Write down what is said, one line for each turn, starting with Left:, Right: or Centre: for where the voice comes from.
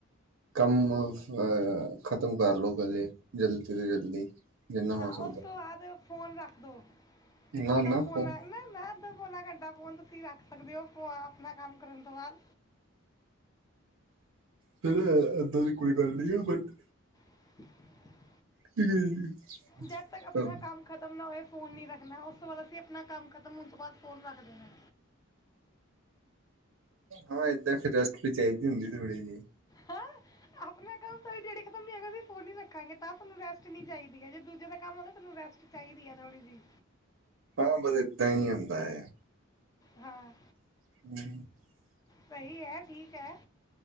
Right: ਅ ਖਤਮ ਕਰ ਲੋੋ ਪਹਿਲੇ ਜਲਦੀ ਤੋਂ ਜਲਦੀ। ਜਿੰਨਾ ਹੋ
Left: ਹਾਂ,
Right: ਸਕਦਾ
Left: ਉਸ ਤੋਂ ਬਾਅਦ ਫੋਨ ਰੱਖਦੋ
Right: ਨਾ
Left: ਅੱਧਾ
Right: ਨਾ
Left: ਪੌਣਾ
Right: ਫੋਨ
Left: ਨਾ ਨਾ ਅੱਧਾ ਪੌਨਾ ਘੰਟਾ ਫੋਨ ਤੁਸੀਂ ਰੱਖ ਸਕਦੇ ਹੋ ਆਪਣਾ ਕੰਮ ਕਰਨ ਤੋਂ ਬਾਅਦ
Right: ਫਿਰ ਏਦਾਂ ਦੀ ਕੋਈ ਗੱਲ ਨੀ ਓ ਬਟ
Left: <unintelligible>
Right: <unintelligible>
Left: ਜਦ ਤੱਕ ਆਪਣਾ
Right: ਕਰ-
Left: ਕੰਮ ਖਤਮ ਨਾ ਹੋਏ ਫ਼ੋਨ ਨਹੀਂ ਰੱਖਣਾ ਉਸ ਤੋਂ ਬਾਅਦ ਅਸੀਂ ਆਪਣਾ ਕੰਮ ਖਤਮ ਹੋਣ ਤੋਂ ਬਾਅਦ ਫੋਨ ਰੱਖ ਦੇਣਾ।
Right: ਹਾਂ ਏਦਾਂ ਫਿਰਸ ਵੀ ਚਾਹੀਦੀ ਹੁੰਦੀ ਥੋੜੀ ਜਿਹੀ
Left: ਹੈਂ ਆਪਣਾ ਕੰਮ ਤਾਂ ਸੀ ਫੋਨ ਰੱਖਾਂਗੇ ਤਾਂ ਨੂੰ ਰੈਸਟ ਨੀ ਚਾਹੀਦੀ ਹੈ ਜੇ ਦੂਜੇ ਦਾ ਕੰਮ ਆ ਤੁਨੂੰ ਰੈਸਟ ਚਾਹੀਦੀ ਹੈ ਥੋੜੀ ਜਿਹੀ
Right: ਹਾਂ ਬਸ ਇਦਾ ਹੀ ਹੁੰਦਾ ਹੈ
Left: ਹਾਂ
Right: ਹ
Left: ਸਹੀ ਹੈ ਠੀਕ ਹੈ